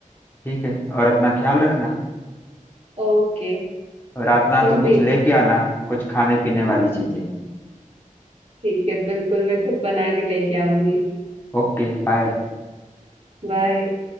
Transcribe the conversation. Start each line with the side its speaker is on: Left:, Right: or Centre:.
Left: ठीक है और अपना ख्याल रखना
Right: ओके
Left: और रात ना
Right: तुम
Left: तो
Right: भी
Left: कुछ लेके आना कुछ खाने पीने वाली चीजें
Right: ठीक है बिल्कुल मैं खुद बना के लेके आऊंगी
Left: Okay bye
Right: बाय